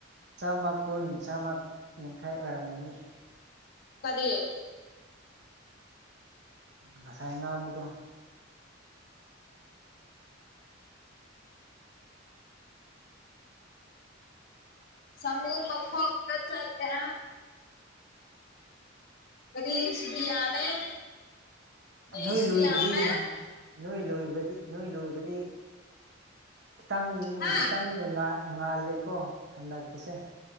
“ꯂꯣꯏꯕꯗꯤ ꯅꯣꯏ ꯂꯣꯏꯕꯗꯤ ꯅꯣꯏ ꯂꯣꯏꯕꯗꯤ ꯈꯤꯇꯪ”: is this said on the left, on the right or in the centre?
Right